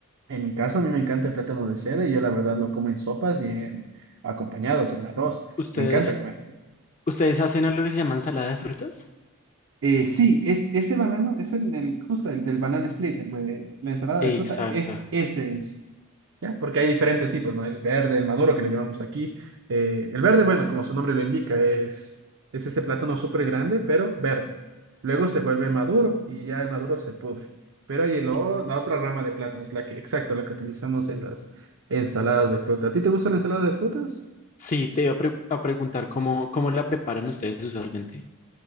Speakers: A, on the right (about 60°); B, on the left (about 35°).
A: en mi caso a mí me encanta el plátano de cera y yo la verdad lo como en sopas y en acompañados, en arroz.
B: ustedes,
A: Me encanta comer.
B: ustedes hacen algo que se llama ensalada de frutas?
A: Eh, sí, es ese banano, es el del, justo el del banana split, el de la ensalada
B: Exacto.
A: de fruta, es ese es. ¿Ya? Porque hay diferentes tipos, ¿no? El verde, el maduro que le llamamos aquí. Eh, el verde, bueno, como su nombre lo indica, es, es ese plátano súper grande, pero verde. Luego se vuelve maduro y ya el maduro se pudre. Pero hay el o-
B: Y-
A: la otra rama de plátanos, la que, exacto, la que utilizamos en las ensaladas de fruta. ¿A ti te gusta la ensalada de frutas?
B: Sí, te iba a, pre- a preguntar cómo, cómo la preparan ustedes usualmente.